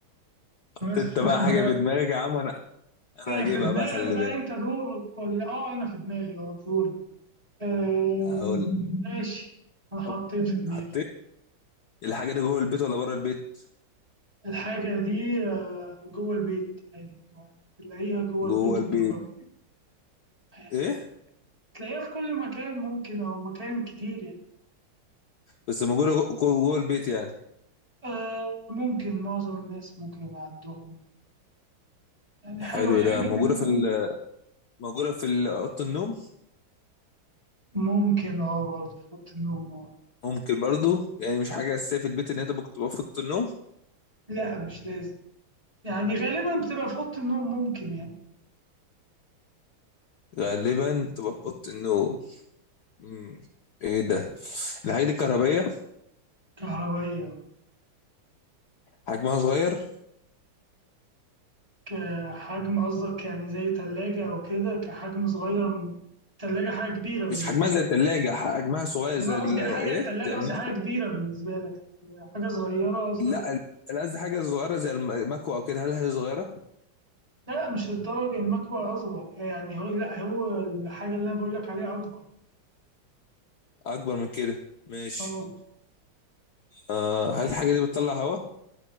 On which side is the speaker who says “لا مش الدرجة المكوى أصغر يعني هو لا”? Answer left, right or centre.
Right